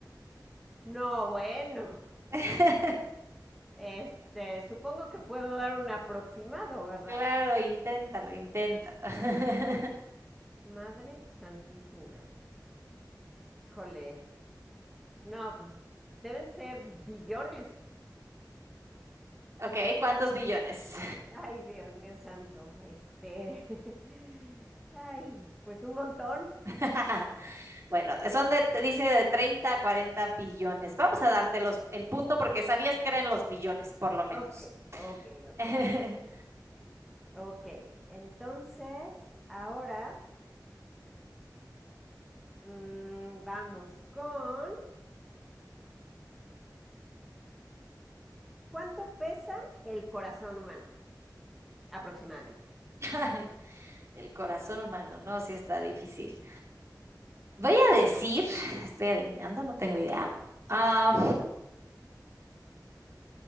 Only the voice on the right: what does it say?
<laughs>
Claro, inténtalo, inténtalo. <laughs>
Ok, ¿cuántos billones?
<laughs> Bueno, son de, te dice de 30 a 40 billones. Vamos a darte los, el punto porque sabías que eran los billones, por lo menos.
<laughs>
Ay, El corazón humano, ¿no? Sí está difícil. Voy a decir, estoy adivinando, no tengo idea. Ah,